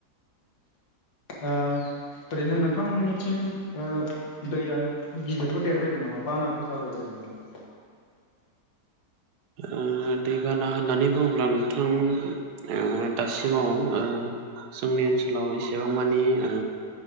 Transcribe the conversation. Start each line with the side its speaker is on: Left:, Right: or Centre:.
Left: ओ ओरैनो नोंथांमोननिथिं ओ दैया गिदिरफोर देरबायदों नामा बानाफोर जाबाय बायदों नामा?
Right: ओ दैबाना होननानै बुङोब्ला नोंथां ओ दासिमाव ओ जोंनि ओनसोलाव एसेबां मानि ओ